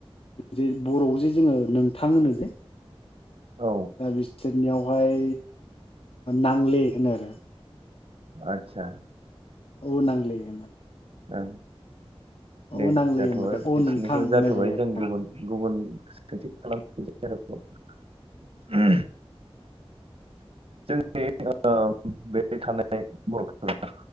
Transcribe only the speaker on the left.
जे बरआव जे जोङो नोंथां होनो बे
दा बि बिसोरनियावहाय नांले होनो आरो।
अ नांले होनो।
औ नांले
होनबाथाय अ
नोंथां होननाय
जायो आरो
कार्बिफोरनियाव